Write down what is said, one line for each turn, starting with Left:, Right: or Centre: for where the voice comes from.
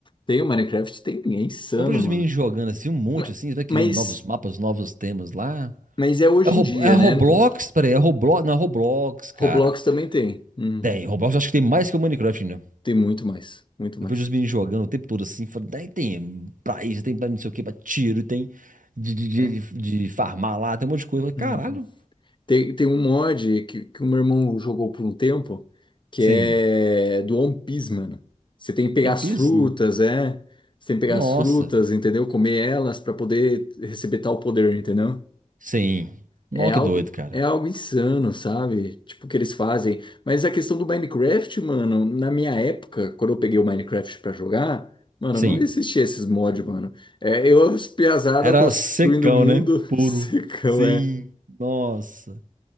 Left: Tem o Minecraft? Tem. É insano,
Right: Eu vejo os
Left: mano.
Right: meninos jogando assim, um monte
Left: Ma-
Right: assim, vai criando
Left: Mas,
Right: novos mapas, novos temas lá.
Left: mas é hoje
Right: É, Rob-
Left: em dia,
Right: é Roblox?
Left: né?
Right: Peraí, é Roblox? Não, é Roblox, cara.
Left: Roblox também tem. Uhum.
Right: Tem, Roblox acho que tem mais que o Minecraft, né?
Left: Tem muito mais. Muito
Right: Eu
Left: mais.
Right: vejo os meninos jogando o tempo todo assim, falo, daí tem pra isso, tem pra não sei o que, pra tiro, tem de, de,
Left: É.
Right: de, de farmar lá, tem um monte de coisa. Eu falo,
Left: Uhum.
Right: Caralho,
Left: Tem, tem um mod que, que o meu irmão jogou por um tempo, que
Right: sim.
Left: é do One Piece, mano. Você tem que pegar
Right: One
Left: as
Right: Piece?
Left: frutas, é? Você tem que pegar
Right: Nossa,
Left: as frutas, entendeu? Comer elas para poder receber tal poder, entendeu?
Right: sim. Nossa,
Left: É algo,
Right: que doido, cara.
Left: é algo insano, sabe? Tipo, o que eles fazem. Mas a questão do Minecraft, mano, na minha época, quando eu peguei o Minecraft para jogar, mano,
Right: Sim.
Left: não existia esses mods, mano. É, eu, as piazada
Right: Era
Left: construindo
Right: secão,
Left: o mundo,
Right: né? Puro.
Left: <laughs> secão,
Right: Sim.
Left: é.
Right: Nossa.